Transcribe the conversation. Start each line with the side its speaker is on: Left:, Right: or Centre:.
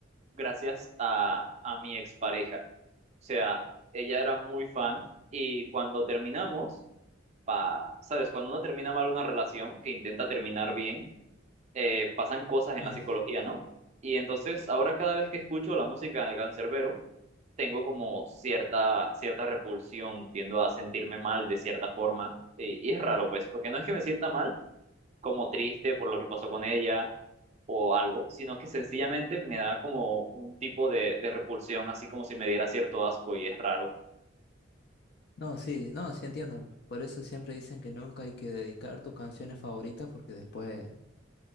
Right: gracias a, a mi expareja. O sea, ella era muy fan y cuando terminamos, pa- sabes, cuando uno termina mal una relación, que intenta terminar bien, eh, pasan cosas en
Left: mm.
Right: la psicología, ¿no? Y entonces ahora cada vez que escucho la música de Canserbero, tengo como cierta, cierta repulsión, tiendo a sentirme mal de cierta forma. Y, y es raro, pues, porque no es que me sienta mal, como triste por lo que pasó con ella o algo, sino que sencillamente me da como un tipo de, de repulsión, así como si me diera cierto asco y es raro.
Left: No, sí, no, sí entiendo. Por eso siempre dicen que nunca hay que dedicar tus canciones favoritas porque después,